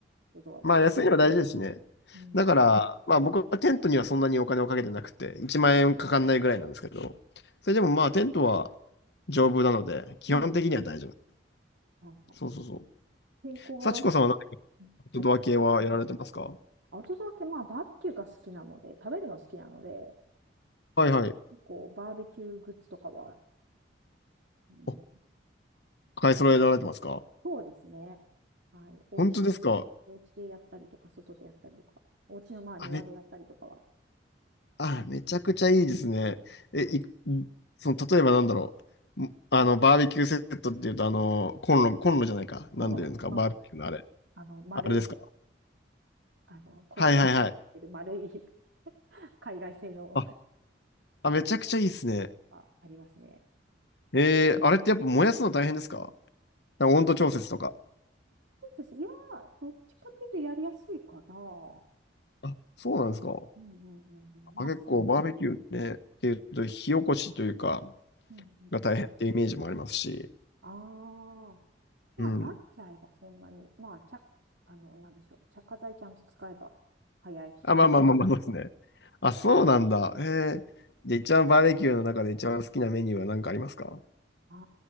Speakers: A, on the right (about 70°); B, on the left (about 60°).
A: 外はで
B: まあ、安いのは大事ですしね。
A: うん。
B: だから、まあ僕はテントにはそんなにお金をかけてなくて、1万円かかんないぐらいなんですけど、それでもまあテントは丈夫なので、基本的には大丈夫。
A: うん。はいはい。
B: そうそうそう。
A: 天候が悪く。
B: 幸子さんは何か
A: うんはい。
B: アウトドア系はやられてますか
A: アウトドア系、まあ、バーベキューが好きなので、食べるの好きなので、
B: はいはい。
A: 結構バーベキューグッズとかは、うん、
B: お、買い揃えられてますか
A: そうですね。はい。お家で、
B: 本当ですか
A: お家でやったりとか、外でやったりとか、お家のまあ庭でやったりとかは、
B: あ、めっあ、めちゃくちゃいいですね。え、
A: はい。
B: い、その、例えばなんだろう。んあの、バーベキューセットっていうと、あの、コンロ、コンロじゃないか。なんで言うんですか、
A: この、ま
B: バーベキューのあれ。
A: あ、あの、丸い、
B: あれですか。
A: あの、コストコで丸い
B: はいはいはい。
A: <laughs> 海外製の
B: あ、あ、めちゃくちゃいいですね。
A: がありますね。
B: えー、あれってやっぱ燃やすの大変ですかなんか温度調節とか。
A: そうですね。いやー、どっちかっていうとやりやすいかな。
B: あ、そうなんですか。
A: うんうんうんうん。まあ、
B: あ、結構バーベキューね、
A: そう。
B: っていうと、火起こしというか、
A: うんうん。
B: が大変ってイメージもありますし。
A: ああ。まあ、
B: うん。
A: 慣れちゃえばそんなに。まあ、ちゃ、あの、なんでしょう。着火剤ちゃんと使えば早いし。
B: あ、まあまあまあまあ、そうですね。あ、そうなんだ。へえ。じゃあ一番バーベキューの中で一番好きなメニューは何かありますか
A: ああ、